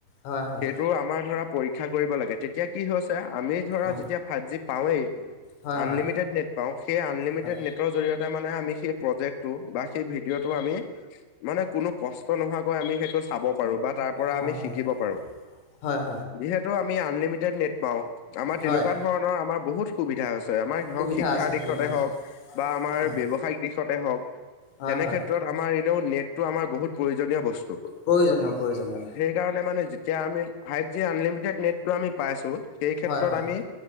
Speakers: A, on the left; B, on the left.
A: হয় হয়
B: সেইটো আমাৰ ধৰা পৰীক্ষা কৰিব লাগে তেতিয়া কি হৈছে আমি ধৰা
A: অ
B: যেতিয়া ভাতজি পাওঁৱেই
A: হয়
B: আনলিমিেড
A: হয়
B: নেট পাওঁ সেই আনলিমিটেড
A: হয়
B: নেটৰ জৰিয়তে মানে আমি সেই প্ৰজেক্টটো বা সেই ভিডিঅ টো আমি মানে কোনো কষ্ট নোহোৱাকৈ আমি সেইটো চাব পাৰো বা তাৰ পৰা
A: হয়
B: আমি শিকিব
A: হয়
B: পাৰো।
A: হয় হয় হয়
B: যিহেতু আমি আনলিমিটেড নেট পাওঁ আমাৰ তেনেকুৱা
A: হয়
B: ধৰণৰ আমাৰ বহুত সুবিধা হৈছে। আমাৰ
A: সুবিধা
B: হক শিক্ষা
A: আছে
B: দিশতে
A: সুবিধা আছে
B: হওক বা আমাৰ
A: হয়
B: ব্যৱসায়িক দিশতে হক
A: হয়
B: তেনেক্ষেত্ৰত
A: হয়
B: আমাৰ এনেও নেটতটো আমাৰ বহুত প্ৰয়োজন প্ৰয়োজনীয় বস্তু
A: প্ৰয়োজনীয় প্ৰয়োজনীয়
B: সেইকাৰণে মানে যেতিয়া আমি ফাইভ জি আনলিমিটেড নেটটো আমি পাইছো সেই ক্ষেত্ৰত
A: হয় হয়
B: আমি